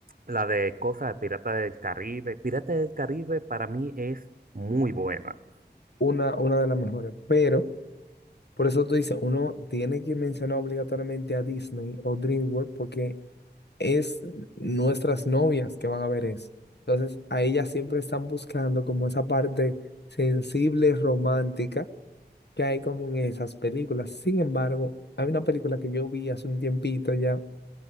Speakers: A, on the right; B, on the left.
A: la de Cosa de Pirata del Caribe. Pirata del Caribe para mí es muy buena.
B: una, una de las mejores. Pero, por eso tú dices, uno tiene que mencionar obligatoriamente a Disney o DreamWorks porque es nuestras novias que van a ver eso. Entonces, a ellas siempre están buscando como esa parte sensible, romántica que hay como en esas películas. Sin embargo, hay una película que yo vi hace un tiempito ya